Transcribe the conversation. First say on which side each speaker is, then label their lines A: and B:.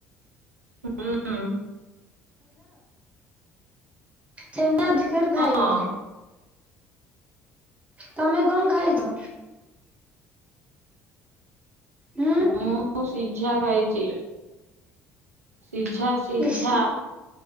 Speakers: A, on the right (about 85°); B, on the right (about 15°).
A: ହୁଁ ଉଁ।
B: ଛେନା ବିସ୍କୁଟ ଖାଇଲୁ।
A: ହଁ
B: ତମେ କଣ ଖାଇଚ? ଉଁ।
A: ମୁଁ ସିଝା ଖାଇଛି ସିଝା ସିଝା।
B: ଇସ୍